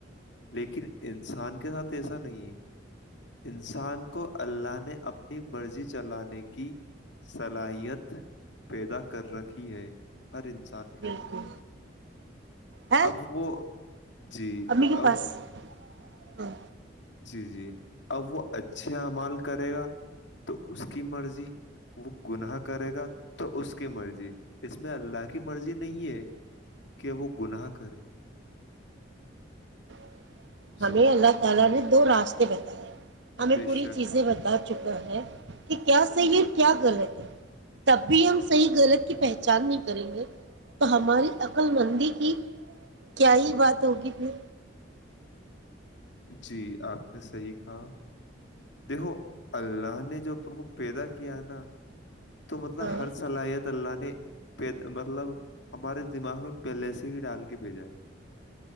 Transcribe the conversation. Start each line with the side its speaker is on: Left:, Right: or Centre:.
Left: لیکن انسان کے ساتھ ایسا نہیں ہے انسان کو اللہ نے اپنی مرضی چلانے کی صلاحیت پیدا کر رکھی ہے ہر انسان کے
Right: بالکل
Left: اندر
Right: ہے
Left: اب وہ جی
Right: امی کے
Left: اب
Right: پاس ہاں
Left: جی جی اب وہ اچھے اعمال کرے گا تو اس کی مرضی وہ گناہ کرے گا تو اس کی مرضی اس میں اللہ کی مرضی نہیں ہے کہ وہ گناہ کرے
Right: <unintelligible> ہمیں
Left: جی
Right: اللہ تعالی نے دو راستے بتائے ہمیں
Left: بے
Right: پوری
Left: شک
Right: چیزیں بتا چکا ہے کہ کیا صحیح اور کیا غلط ہے تب بھی ہم صحیح غلط کی پہچان نہیں کریں گے تو ہماری عقل مندی کی کیا ہی بات ہوگی پھر
Left: جی آپ نے صحیح کہا دیکھو اللہ نے جو اپن کو پیدا کیا نا تو مطلب
Right: ہاں
Left: ہر صلاحیت اللہ نے مطلب ہمارے دماغ میں پہلے سے ہی ڈال کے بھیجا ہے